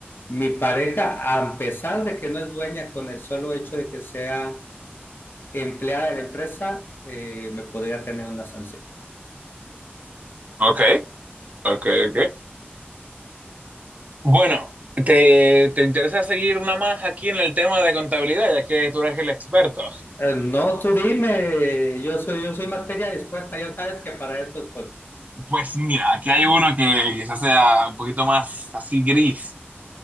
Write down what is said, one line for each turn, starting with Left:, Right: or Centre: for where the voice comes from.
Left: mi pareja, a pesar de que no es dueña con el solo hecho de que sea empleada de la empresa, eh, me podría tener una sanción.
Right: Ok, ok, ok. Bueno, ¿te, te interesa seguir una más aquí en el tema de contabilidad, ya que tú eres el experto?
Left: Eh, no, tú dime, yo soy, yo soy materia dispuesta, ya sabes que para eso estoy.
Right: Pues mira, aquí hay uno que quizás sea un poquito más así gris.